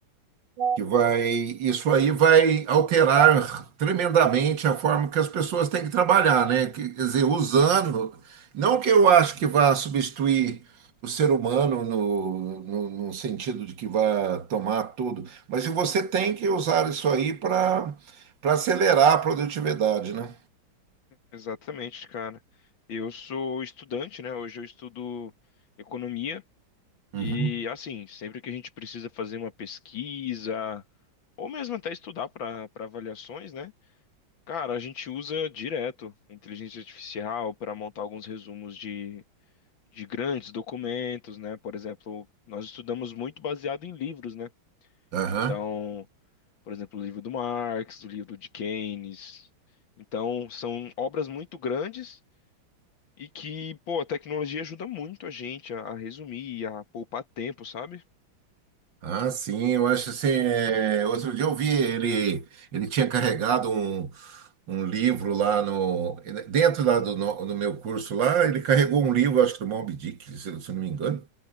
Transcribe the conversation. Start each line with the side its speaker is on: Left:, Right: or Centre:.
Right: que vai, isso aí vai alterar tremendamente a forma que as pessoas têm que trabalhar, né? Que- Quer dizer, usando, não que eu acho que vá substituir o ser humano no, no, no sentido de que vá tomar tudo, mas você tem que usar isso aí para para acelerar a produtividade, né?
Left: exatamente, cara. Eu sou estudante, né? Hoje eu estudo economia
Right: Uhum.
Left: e, assim, sempre que a gente precisa fazer uma pesquisa ou mesmo até estudar para para avaliações, né? Cara, a gente usa direto a inteligência artificial para montar alguns resumos de, de grandes documentos, né? Por exemplo, nós estudamos muito baseado em livros, né?
Right: Aham.
Left: Então. Por exemplo, o livro do Marx, o livro de Keynes. Então, são obras muito grandes e que, pô, a tecnologia ajuda muito a gente a, a resumir, a poupar tempo, sabe?
Right: Ah, sim, eu acho assim. é, Outro dia eu vi ele, ele tinha carregado um, um livro lá no. Dentro lá do no, no meu curso lá, ele carregou um livro, acho que do Moby Dick, se, se eu não me engano.